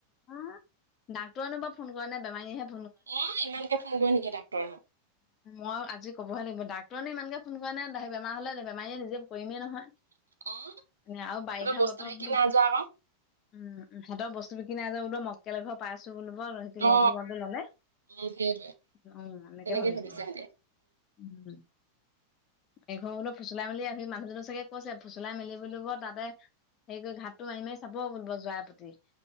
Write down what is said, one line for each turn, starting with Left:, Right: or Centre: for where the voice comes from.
Left: হা? ডাক্তৰনো বাৰু ফোন কৰা নে বেমাৰীহে
Right: অ ইমানকে ফোন কৰে নেকি ডাক্তৰ হক।
Left: মই আজি ক'বহে লাগিব, ডাক্তৰ নে ইমানকে ফোন কৰা নে, বেমাৰ হ'লে ন বেমাৰীয়ে নিজে কৰিমেই নহয়।
Right: অ।
Left: এ আৰু বাৰিষা
Right: সিহঁতৰ বস্তু
Left: বতৰ
Right: বিকি
Left: বলো
Right: নাই যোৱা আকৌ।
Left: উম সিহঁতৰ বস্তু বিকি নাই যোৱা বলো মকেল এঘৰ পাইছো বোলিব ল
Right: অ
Left: বুলি কওতে ললে।
Right: উম সেইটোৱে
Left: উম এনেকে
Right: তেনেকেই
Left: ভাবিছো।
Right: ভাবিছে সিহঁতে।
Left: উম। এঘৰ বোলো ফচুলাই মেলি আহি মানুহজনো চাগে কৈছে ফচুলাই মেলি বুলিব তাতে <unintelligible> যোৱাৰ প্ৰতি।